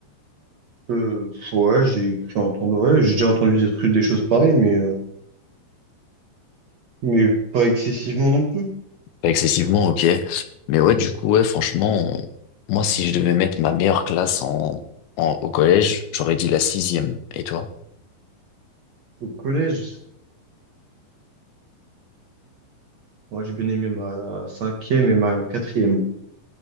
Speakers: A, on the right (about 50°); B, on the left (about 75°).
A: Euh, ouais, j'ai j'ai entendu, ouais, j'ai déjà entendu des trucs, des choses pareilles, mais, euh, mais pas excessivement non plus.
B: Pas excessivement, ok. Mais ouais, du coup, ouais, franchement, on- moi, si je devais mettre ma meilleure classe en, en- au collège, j'aurais dit la sixième. Et toi?
A: Au collège, moi, j'ai bien aimé ma cinquième et ma quatrième.